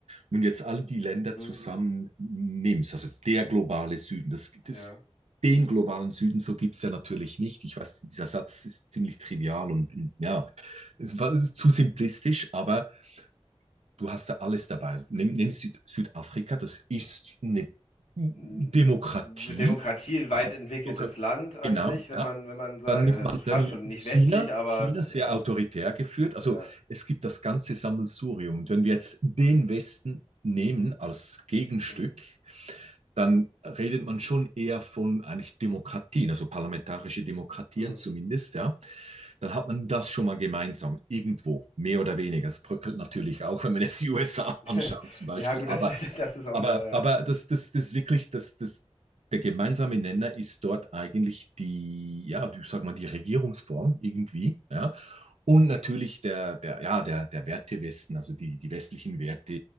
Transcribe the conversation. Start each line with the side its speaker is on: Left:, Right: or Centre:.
Right: wenn du jetzt all die Länder
Left: Mhm.
Right: zusammen nimmst, also der globale Süden, das, das
Left: Ja.
Right: den globalen Süden, so gibt's ja natürlich nicht. Ich weiß, dieser Satz ist ziemlich trivial und ja, es war es ist zu simplistisch, aber du hast da alles dabei. Nimm, nimm Süd Südafrika, das ist eine Demokratie.
Left: Hm, Demokratie ein
Right: Kann
Left: weit
Right: man
Left: entwickeltes
Right: sogar-
Left: Land an
Right: Genau,
Left: sich, wenn
Right: ja.
Left: man, wenn man sagt,
Right: Dann nimmt
Left: äh,
Right: man,
Left: fast
Right: dann nimmt
Left: schon
Right: man
Left: nicht
Right: China,
Left: westlich, aber
Right: China sehr
Left: ja,
Right: autoritär geführt. Also
Left: ja.
Right: es gibt das ganze Sammelsurium. Und wenn wir jetzt den Westen nehmen als Gegenstück,
Left: Mhm.
Right: dann redet man schon eher von eigentlich Demokratien, also parlamentarische Demokratien
Left: Mhm.
Right: zumindest, ja. Dann hat man das schon mal gemeinsam, irgendwo, mehr oder weniger. Es bröckelt natürlich auch, wenn man jetzt die USA
Left: <laughs>
Right: anschaut zum Beispiel.
Left: Ja, gut,
Right: Aber,
Left: das, <laughs> das ist auch
Right: aber,
Left: eine Sache.
Right: aber
Left: Ja,
Right: das, das, das wirklich, das, das, der gemeinsame Nenner ist dort eigentlich die, ja, ich sag mal, die Regierungsform irgendwie, ja. Und natürlich der, der, ja, der, der Werte Westen also die, die westlichen Werte,